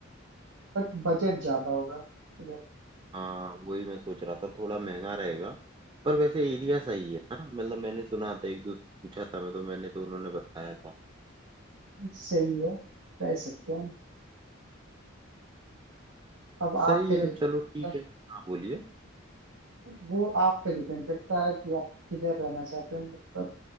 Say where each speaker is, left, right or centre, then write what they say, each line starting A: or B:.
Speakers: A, on the right; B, on the right.
A: बट बजट ज्यादा होगा उधर
B: हाँ वही मैं सोच रहा था थोड़ा महंगा रहेगा पर वैसे एरिया सही है ना मतलब मैंने सुना था एक दोस्त पूछा था मैं तो मैंने तो उन्होंने बताया था
A: सही है रह सकते हैं अब आप
B: सही
A: पे
B: है
A: डिपेंड
B: चलो ठीक
A: करता
B: है हाँ बोलिए
A: है वो आप पे डिपेंड करता है कि आप किधर रहना चाहते हैं मतलब